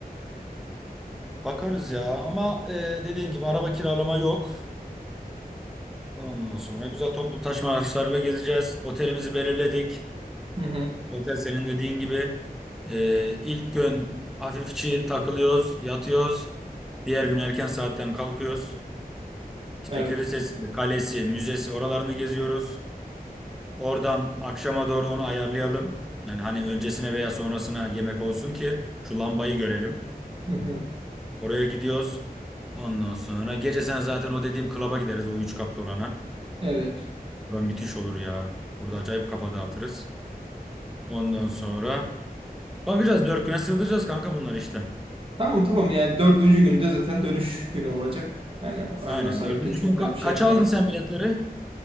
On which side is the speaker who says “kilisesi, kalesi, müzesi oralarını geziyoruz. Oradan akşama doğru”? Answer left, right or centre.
Centre